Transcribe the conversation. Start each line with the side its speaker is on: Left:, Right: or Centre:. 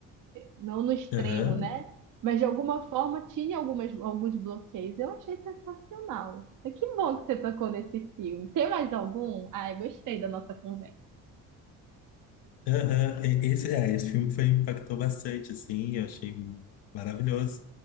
Right: não no extremo,
Left: Aham,
Right: né? Mas de alguma forma tinha algumas, alguns bloqueios. Eu achei sensacional. E Que bom que você tocou nesse filme. Tem mais algum? Ai, gostei da nossa conversa.
Left: aham. E- Esse, é, esse filme foi, impactou bastante, assim, eu achei maravilhoso.